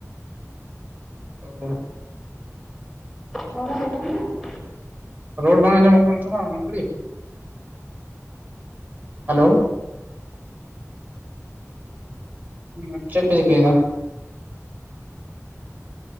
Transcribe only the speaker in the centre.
ᱨᱚᱲᱮᱢ ᱟᱸᱡᱚᱢ ᱫᱟ?